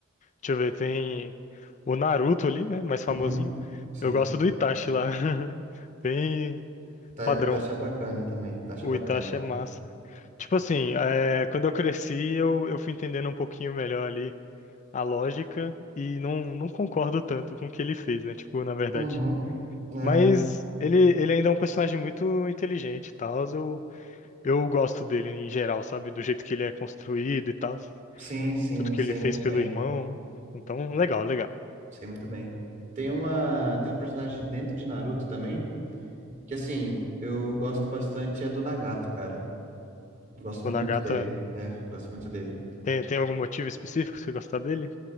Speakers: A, on the left; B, on the right.
A: Deixa eu ver, tem o Naruto ali, né? Mais famosinho.
B: Uhum. Sim.
A: Eu gosto do Itachi lá. <laughs> Bem
B: Tá,
A: padrão.
B: tá achar bacana também. Tá achar
A: O
B: bacana.
A: Itachi é massa. Tipo assim, é, quando eu cresci, eu, eu fui entendendo um pouquinho melhor ali a lógica e não, não concordo tanto com o que ele fez, né? Tipo, na verdade.
B: Uhum. É.
A: Mas ele, ele ainda é um personagem muito inteligente e tal. Eu, eu gosto dele em geral, sabe? Do jeito que ele é construído e tal.
B: Sim, sim,
A: Tudo que
B: sei
A: ele fez
B: muito
A: pelo
B: bem.
A: irmão. Então, legal, legal.
B: Sei muito bem. Tem uma, tem um personagem dentro de Naruto também, que assim, eu gosto bastante é do Nagato, cara. Gosto
A: O
B: muito
A: Nagata
B: dele. É, gosto muito dele.
A: tem, tem algum motivo específico pra você gostar dele?